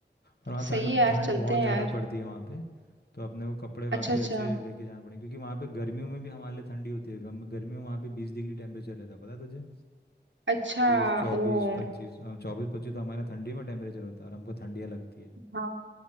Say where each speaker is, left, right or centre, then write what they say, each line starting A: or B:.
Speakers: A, on the left; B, on the right.
A: पर वहाँ
B: सही
A: ठंड
B: है यार
A: ठंड
B: चलते
A: बहुत
B: हैं
A: ज़्यादा
B: यार
A: पड़ती है वहाँ पे तो अपने को कपड़े काफ़ी
B: अच्छा अच्छा
A: अच्छे लेके जाना पड़ेंगे क्योंकि वहाँ पे गर्मियों में भी हमारे लिए ठंडी होती है गम- गर्मियों में वहाँ पे बीस डिग्री टेम्परेचर रहता है पता है तुझे
B: अच्छा
A: बीस चौबीस
B: ओ
A: पच्चीस चौबीस पच्चीस तो हमारे यहाँ ठंडी में टेम्परेचर होता है और हमको ठंडियाँ लगती है
B: हाँ